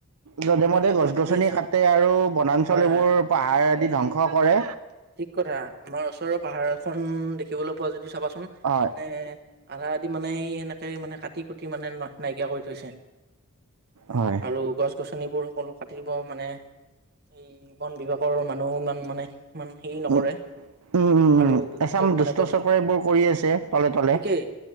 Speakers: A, on the right (about 85°); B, on the right (about 45°).
A: যধে-মধে
B: যধে মধে
A: গছ-গছনি
B: কাটি আছে
A: কাটে আৰু বনাঞ্চল
B: হয়
A: এইবোৰ
B: হয় হয়
A: পাহাৰ আদি ধ্বংস কৰে।
B: ঠিক কথা আমাৰ ওচৰৰ পাহাৰ এখন দেখিবলৈ পোৱা যদি চাবা চোন
A: হয়
B: মানে আধা আধি মানে সেই সেনেক সেই মানে কাটি কুটি মানে নাইকিয়া কৰি থৈছে।
A: হয়
B: আৰু গছ গছনিবোৰ সকলো কাটিব মানে এই বন বিভাগৰ মানুহ ইমান মানে ইমান হেৰি নকৰে।
A: উম উম উম
B: আৰু
A: উম এচাম
B: য'ত
A: দুষ্ট
B: মানে গছ
A: চক্ৰই এইবোৰ কৰি আছে তলে তলে
B: ঠিকেই